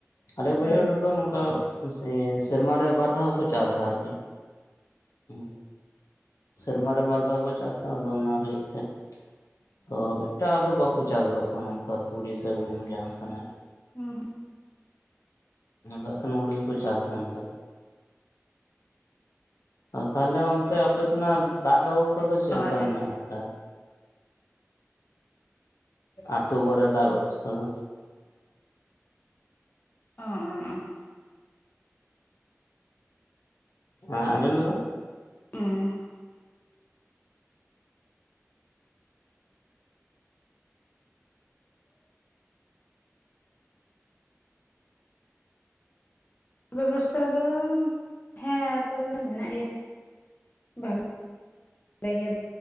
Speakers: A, on the left; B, on the left.
A: ᱟᱞᱮ
B: ᱥᱚᱵᱽᱡᱤ
A: ᱵᱟᱹᱭᱦᱟᱹᱲ ᱨᱮᱫᱚ ᱱᱚᱝᱠᱟ ᱵᱮᱥᱤ ᱥᱮᱨᱢ ᱨᱮ ᱵᱟᱨ ᱫᱷᱟᱣ ᱦᱚᱸᱠᱚ ᱪᱟᱥᱟ ᱟᱨᱠᱤ ᱦᱩᱸ᱾ ᱥᱮᱨᱢᱟ ᱨᱮ ᱵᱟᱨ ᱫᱷᱟᱣ ᱠᱚ ᱪᱟᱥᱟ ᱟᱫᱚ ᱚᱱᱟ ᱞᱟᱹᱜᱤᱫ ᱛᱮ ᱛᱚ ᱮᱴᱟᱜ ᱫᱚ ᱵᱟᱠᱚ ᱪᱟᱥ ᱵᱟᱥᱟ ᱱᱚᱝᱠᱟ ᱛᱩᱲᱤ ᱥᱮ ᱜᱩᱦᱩᱢ ᱡᱟᱦᱟᱱ ᱛᱟᱱᱟᱜ᱾
B: ᱦᱩᱸ
A: <inaudible> ᱦᱩᱲᱩ ᱜᱮᱠᱚ ᱪᱟᱥᱟ ᱚᱱᱛᱮ᱾ ᱛᱟᱦᱞᱮ ᱚᱱᱛᱮ ᱟᱯᱮ ᱥᱮᱱᱟᱜ ᱫᱟᱜ ᱵᱮᱵᱚᱥᱛᱛᱟ ᱫᱚ ᱪᱮᱫᱮ
B: ᱟᱪᱪᱷᱟ
A: ᱞᱮᱠᱟ ᱢᱮᱱᱟᱜ
B: ᱟᱪᱪᱷᱟ
A: ᱠᱟᱫᱟ? ᱟᱛᱳ ᱠᱚᱨᱮ ᱫᱟᱜ ᱵᱮᱵᱚᱥᱛᱷᱟ ᱫᱚ
B: <unintelligible>
A: ᱦᱮ ᱟᱹᱡᱚᱢ ᱫᱟ ᱵᱮᱱ
B: ᱦᱩᱸ ᱵᱮᱵᱚᱥᱛᱛᱟ ᱫᱚ ᱦᱮᱸ ᱟᱛᱳ ᱠᱚᱨᱮ ᱢᱮᱱᱟᱜ ᱜᱮᱭᱟ <inaudible>